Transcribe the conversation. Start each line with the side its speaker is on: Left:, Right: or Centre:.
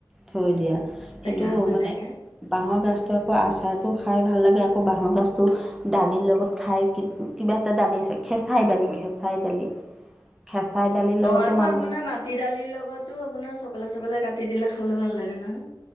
Centre: থৈ দিয়া সেইটো
Left: টেঙা হৈ
Centre: মানে
Left: থাকে
Centre: বাঁহৰ গাজটো আকৌ আচাৰটো খাই ভাল লাগে আকৌ বাঁহৰ গাজটো দালিৰ লগত খাই কিবা এটা দালি আছে খেঁচাই দালি খেঁচাই দালি খেঁচাই দালিৰ লগতো
Left: অ আকৌ
Centre: মানুহে
Left: আপোনাৰ মাটি দালিৰ লগতো আপোনাৰ চকলে চকলে কাটি দিলে খাবলৈ ভাল লাগে নহয়।